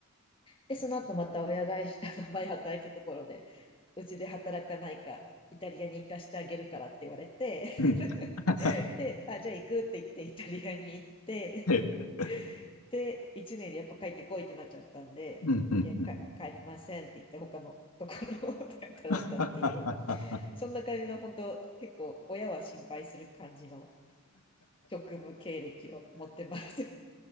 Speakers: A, on the left (about 25°); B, on the left (about 80°).
A: で、その後また親会社、あの前働いてたところで、うちで働かないか、イタリアに行かしてあげるからって言われて、
B: うん。<laughs>
A: <laughs> で、あ、じゃあ行くって言ってイタリアに行って、
B: い。
A: <laughs> で、1年でやっぱ帰ってこいってなっちゃったんで、
B: うんうんうん
A: いや、か帰りませんって言って他のところで働いたっていう、
B: <laughs>。
A: そんな感じの本当、結構親は心配する感じの職務経歴を持ってます。